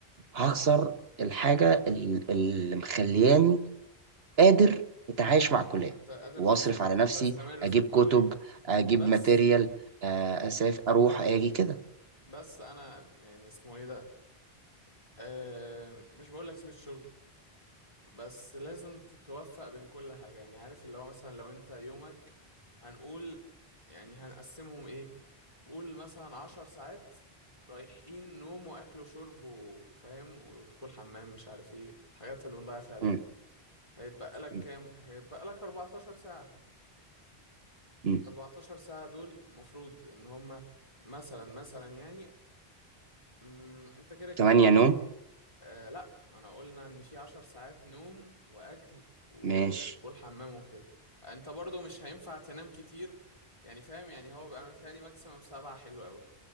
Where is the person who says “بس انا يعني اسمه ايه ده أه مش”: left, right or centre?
Left